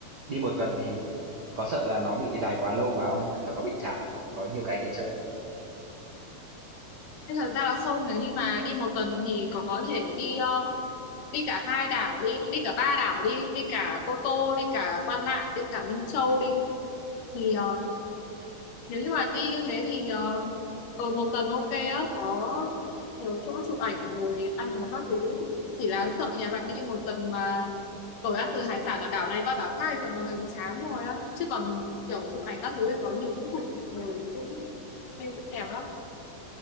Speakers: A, on the right; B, on the left.
A: Đi một tuần thì có sợ là nó bị dài quá lâu quá không? Kiểu mà có bị chán không? Nó có nhiều cái để chơi không?
B: Thế thật ra là không, nếu như mà đi một tuần thì có thể đi ờ, đi cả hai đảo đi, đi cả ba đảo đi, đi cả Cô Tô, đi cả Quan Lạn, đi cả Minh Châu đi. Thì ờ, nếu như mà đi như thế thì ờ, ở một tuần ok á có nhiều chỗ chụp ảnh rồi ăn uống các thứ chỉ là sợ nhà bạn đi một tuần mà ở ăn từ hải sản ở đảo này qua đảo khác thì sợ mọi người chán rồi á chứ còn kiểu chụp ảnh các thứ thì có nhiều chỗ chụp rồi cũng view cũng đẹp lắm